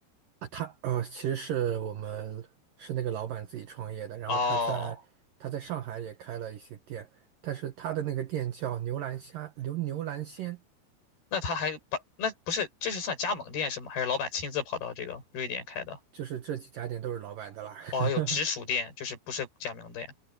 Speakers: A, on the right (about 70°); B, on the left (about 55°).
A: 啊，他呃，其实是我们是那个老板自己创业的，然后他在他在上海也开了一些店，
B: 哦，
A: 但是他的那个店叫牛兰虾牛牛兰鲜，
B: 那他还把那不是这是算加盟店是吗？还是老板亲自跑到这个瑞典开的？
A: 就是这几家店都是老板的啦。
B: 哦，
A: <laughs>
B: 有直属店，就是不是加盟店。